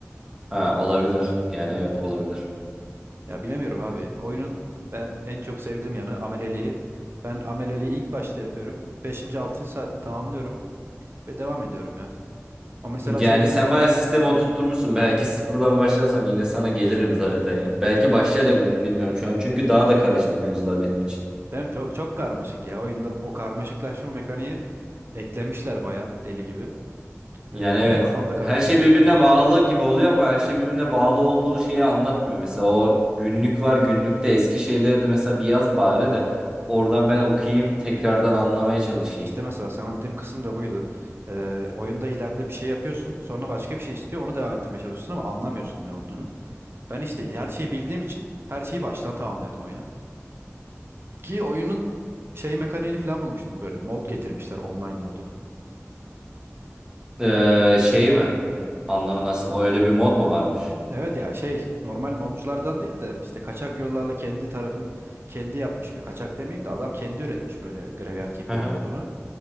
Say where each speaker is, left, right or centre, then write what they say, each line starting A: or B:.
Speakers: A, on the right (about 15°); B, on the right (about 50°).
A: Ha olabilir. Yani
B: Hı hı.
A: evet olabilir.
B: Ya bilemiyorum abi. Oyunun ben en çok sevdiğim yanı ameleliği. Ben ameleliği ilk başta yapıyorum. Beşinci altıncı saatini tamamlıyorum ve devam ediyorum ya. O mesela
A: Yani
B: şey beni
A: sen bayağı sistemi oturtturmuşsun. Belki sıfırdan başlarsam yine sana gelirim zaten ya. Belki başlayabilirim
B: Evet.
A: bilmiyorum şu an. Çünkü daha da karıştı mevzular benim için.
B: değil mi? Çok çok karmaşık ya. Oyunda o karmaşıklaşma mekaniği eklemişler bayağı deli gibi.
A: Yani
B: Ee, benim
A: evet.
B: de kafamda karışıyordu.
A: Her şey birbirine bağlı gibi oluyor ama her şey
B: Hı
A: birbirine
B: hı.
A: bağlı olduğu şeyi anlatmıyor. Mesela o günlük var günlükte eski şeyleri de mesela bir yaz bari de oradan ben okuyayım tekrardan anlamaya çalışayım.
B: İşte mesela sana dediğim kısım da buydu. Ee, oyunda ileride bir şey yapıyorsun, sonra başka bir şey istiyor, onu devam ettirmeye çalışıyorsun ama anlamıyorsun ne olduğunu. Ben işte her şeyi bildiğim için her şeyi baştan tamamlıyordum oyuna. Ki oyunun şey mekaniğini falan bulmuştum böyle. Mod getirmişler, online modu.
A: Ee, şey mi? Anla nasıl öyle bir mod mu varmış?
B: Evet ya şey normal modculardan değil de işte kaçak yollarla kendi tarafın kendi yapmış bir kaçak demeyeyim de adam kendi üretmiş böyle Graveyard keeper
A: <laughs>
B: modunu.